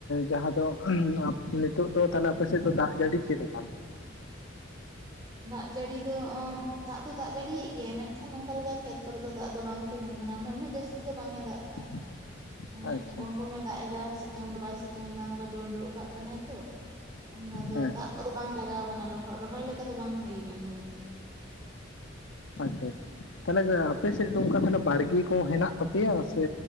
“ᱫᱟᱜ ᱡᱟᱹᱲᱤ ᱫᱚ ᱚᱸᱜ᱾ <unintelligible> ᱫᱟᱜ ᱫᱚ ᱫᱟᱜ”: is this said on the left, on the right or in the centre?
Right